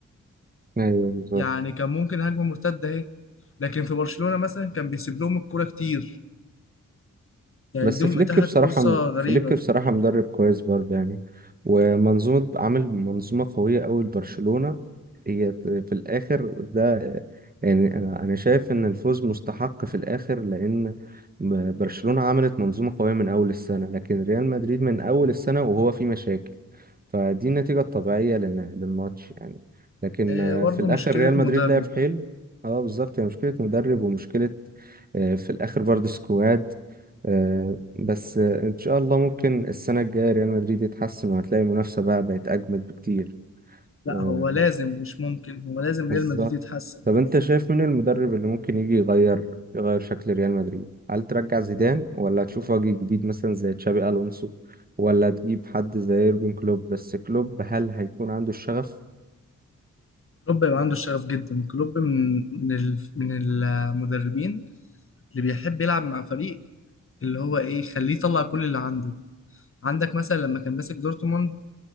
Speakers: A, on the right; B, on the left.
A: أيوة بالظبط
B: يعني كان ممكن هجمه مرتده اهي لكن في برشلونه مثلا كان بيسيب لهم الكره كتير يعني
A: بس
B: يديهم
A: فليك
B: اتاحت
A: بصراحة
B: فرصه غريبه
A: فليك بصراحة مدرب كويس برضه يعني ومنظومة عامل منظومة قوية أوي لبرشلونة هي في الآخر ده يعني أنا أنا شايف إن الفوز مستحق في الآخر لأن ب- برشلونة عملت منظومة قوية من أول السنة لكن ريال مدريد من أول السنة وهو في مشاكل فدي النتيجة الطبيعية لل- للماتش يعني لكن
B: هي
A: آه،
B: برضه
A: في الآخر
B: مشكلة
A: ريال مدريد
B: مدرب
A: لعب حلو اه بالظبط هي مشكلة مدرب ومشكلة آه، في الآخر برضه سكواد آه، بس آه، ان شاء الله ممكن السنه الجايه ريال مدريد يتحسن وهتلاقي المنافسه بقى بقت اجمد بكتير
B: لا
A: آه،
B: هو لازم مش ممكن هو لازم
A: بالظبط
B: ريال مدريد يتحسن
A: طب انت شايف مين المدرب اللي ممكن يجي يغير يغير شكل ريال مدريد هل ترجع زيدان ولا تشوف وجه جديد مثلا زي تشابي الونسو ولا تجيب حد زي يورجن كلوب بس كلوب هل هيكون عنده الشغف
B: كلوب يبقى عنده الشغف جدا كلوب من من ال- من المدربين اللي بيحب يلعب مع فريق اللي هو ايه يخليه يطلع كل اللي عنده عندك مثلا لما كان ماسك دورتموند